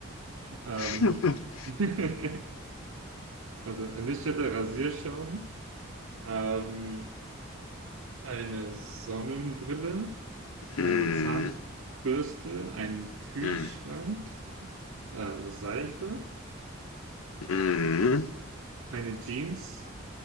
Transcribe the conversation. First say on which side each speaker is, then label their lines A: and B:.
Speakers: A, on the right (about 85°); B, on the left (about 90°).
A: Ähm,
B: <laughs>
A: <laughs> also ein Lichtschalter, Rasierschaum, ähm, eine Sonnenbrille,
B: Mhm.
A: eine Zahnbürste, einen Kühlschrank,
B: Mhm.
A: äh, Seife,
B: Mhm.
A: eine Jeans,